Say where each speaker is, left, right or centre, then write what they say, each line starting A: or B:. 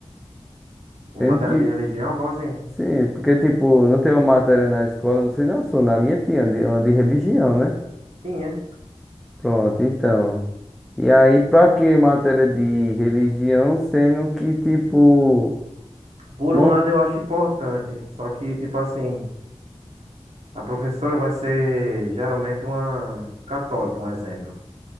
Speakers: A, on the right; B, in the centre.
A: Em
B: sendo
A: matéria
B: que
A: de religião, como assim?
B: sim, porque tipo, não tem uma matéria na escola, não sei não, sou na minha tinha de, uma de religião, né?
A: Tinha.
B: Pronto, então. E aí para que matéria de religião, sendo que tipo
A: Por
B: não
A: um lado, eu acho importante, só que, tipo assim, a professora vai ser geralmente uma católica, um exemplo.